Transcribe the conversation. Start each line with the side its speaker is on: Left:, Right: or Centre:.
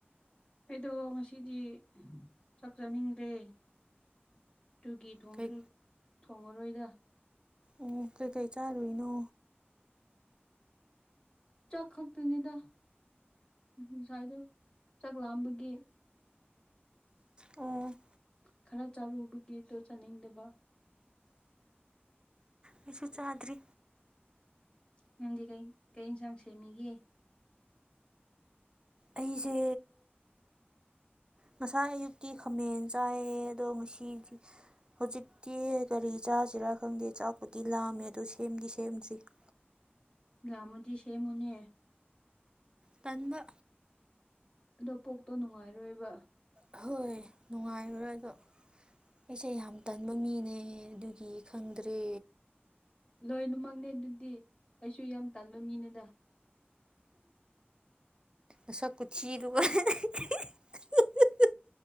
Left: ꯑꯩꯗꯣ ꯉꯁꯤꯗꯤ ꯆꯥꯛ ꯆꯅꯤꯡꯗ꯭ꯔꯦ ꯑꯗꯨꯒꯤ ꯊꯣꯡꯁꯨ
Right: ꯀꯩ
Left: ꯊꯣꯉꯔꯣꯏꯗ
Right: ꯑꯣ ꯀꯩꯀꯩ ꯆꯥꯔꯨꯏꯅꯣ
Left: ꯆꯥꯛ ꯈꯛꯇꯅꯤꯗ ꯉꯁꯥꯏꯗꯣ ꯆꯥꯛ ꯂꯥꯝꯕꯒꯤ
Right: ꯑꯣ
Left: ꯈꯔ ꯆꯥꯔꯨꯕꯒꯤꯗꯣ ꯆꯥꯅꯤꯡꯗꯕ
Right: ꯃꯁꯨ ꯆꯥꯗ꯭ꯔꯤ
Left: ꯅꯪꯗꯤ ꯀꯩ ꯏꯟꯁꯥꯡ ꯁꯦꯝꯃꯤꯒꯦ
Right: ꯑꯩꯁꯦ ꯉꯁꯥꯏ ꯑꯌꯨꯛꯀꯤ ꯈꯥꯃꯦꯟ ꯆꯥꯏꯌꯦ ꯑꯗꯣ ꯉꯁꯤꯗꯤ ꯍꯧꯖꯤꯛꯇꯤ ꯀꯔꯤ ꯆꯥꯁꯤꯔꯥ ꯈꯪꯗꯦ ꯆꯥꯛꯄꯨꯗꯤ ꯂꯥꯝꯃꯦ ꯑꯗꯨ ꯁꯦꯝꯗꯤ ꯁꯦꯝꯗ꯭ <inaudible>
Left: ꯂꯃꯨꯖꯤ ꯁꯦꯃꯅꯦꯌꯦ
Right: ꯇꯗ
Left: ꯑꯗꯣ ꯄꯣꯛꯇꯣ ꯅꯨꯡꯉꯥꯏꯔꯣꯏꯕ
Right: ꯍꯍꯣꯏ ꯅꯨꯡꯉꯥꯏꯕ꯭ꯔꯥ ꯑꯗꯣ ꯑꯩꯁꯦ ꯌꯥꯝ ꯇꯟꯕ ꯃꯤꯅꯦ ꯑꯗꯨꯒꯤ ꯈꯪꯗ꯭ꯔꯦ
Left: ꯂꯣꯏꯅꯃꯛꯅꯦ ꯑꯗꯨꯗꯤ ꯑꯩꯁꯨ ꯌꯥꯝ ꯇꯥꯟꯕ ꯃꯤꯅꯦꯗ
Right: ꯑꯁ ꯀꯆ <inaudible>